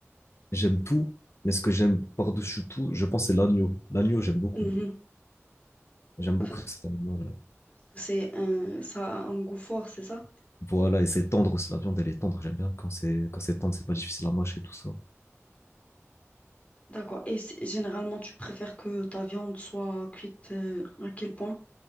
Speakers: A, on the left; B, on the left.
A: j'aime tout, mais ce que j'aime par-dessus tout, je pense, c'est l'agneau. L'agneau, j'aime beaucoup.
B: Mhm.
A: J'aime beaucoup
B: Enfin,
A: cet animal.
B: Parce que c'est un, ça a un goût fort, c'est ça?
A: Voilà, et c'est tendre aussi. La viande, elle est tendre. J'aime bien quand c'est quand c'est tendre, c'est pas difficile à mâcher et tout ça.
B: D'accord. Et c- généralement, tu préfères que ta viande soit cuite euh, à quel point?